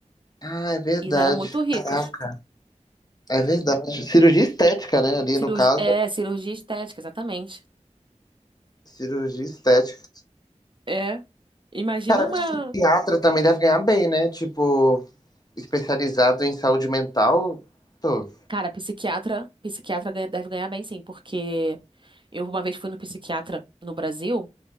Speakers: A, on the left; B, on the right.
A: Ah, é verdade.
B: Eles eram muito ricos.
A: Caraca, é verdade. Cirurgia estética, né? Ali
B: Cirurgi...
A: no caso,
B: É, cirurgia estética, exatamente.
A: cirurgia estética.
B: É. Imagina
A: Cara,
B: uma.
A: psiquiatra também deve ganhar bem, né? Tipo, especializado em saúde mental. Pô,
B: Cara, psiquiatra, psiquiatra ganha- deve ganhar bem, sim, porque eu uma vez fui no psiquiatra no Brasil